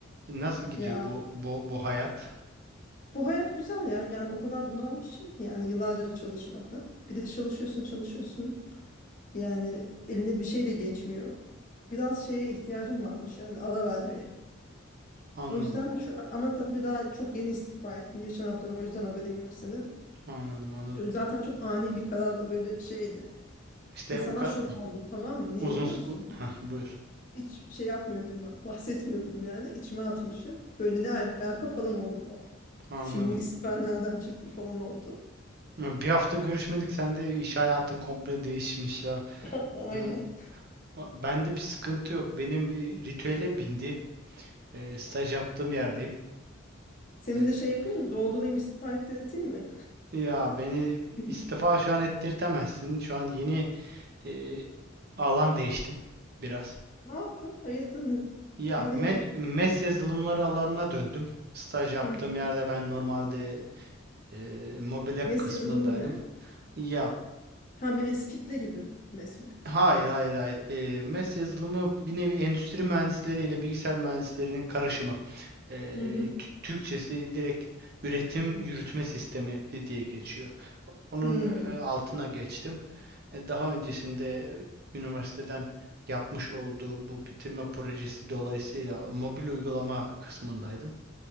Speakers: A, on the right; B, on the left.
A: nasıl gidiyor
B: Ya
A: bu bu bu hayat
B: bu hayat güzel ya yani o kadar bunalmışım ki yani yıllarca çalışmakta. Bir de çalışıyorsun çalışıyorsun yani eline bir şey de geçmiyor. Biraz şeye ihtiyacım varmış yani ara vermeye.
A: anladım
B: O yüzden şu an, ama tabii daha çok yeni istifa ettim. Geçen hafta o yüzden haberin yok senin.
A: anladım anladım
B: Çünkü Zaten çok ani bir karar böyle şeydi.
A: İşte
B: İnsanlar
A: o kadar
B: şok oldu tamam mı? Niye
A: uzun
B: biliyor
A: s-
B: musun?
A: u- Heh, buyur
B: Hiç şey yapmıyordum ben. Bahsetmiyordum yani. İçime atmışım. Böyle ne alaka falan oldular.
A: anladım
B: Şimdi bu istifa nereden çıktı falan oldu.
A: bir hafta görüşmedik sen de iş hayatın komple değişmiş ya
B: <laughs> Aynen.
A: Hı, ba- bende bir sıkıntı yok benim e, ritüele bindi E, staj yaptığım yerdeyim
B: Seni
A: ee,
B: de şey yapayım mı? Doldurayım istifa ettirteyim mi?
A: Ya beni
B: <laughs>
A: istifa şu an ettirtemezsin. Şu an yeni e, alan değiştim biraz.
B: Ne yaptın? Hayırdır? Ne-
A: Ya
B: Nereye
A: me-
B: geçtin?
A: MES yazılımları alanına döndüm. Staj yaptığım
B: Hı.
A: yerde ben normalde e, mobil app
B: MES
A: kısmındaydım.
B: yazılımı ne?
A: Ya
B: Ha MES kitle gibi MES mi?
A: hayır hayır hayır. E, MES yazılımı bir nevi endüstri mühendisleri ile bilgisayar mühendislerinin karışımı. E,
B: Hı hı.
A: Tü- Türkçesi direkt üretim yürütme sistemi diye geçiyor. Onun
B: Hı.
A: e, altına geçtim. E, Daha öncesinde üniversiteden yapmış olduğum bu bitirme projesi dolayısıyla mobil uygulama kısmındaydım.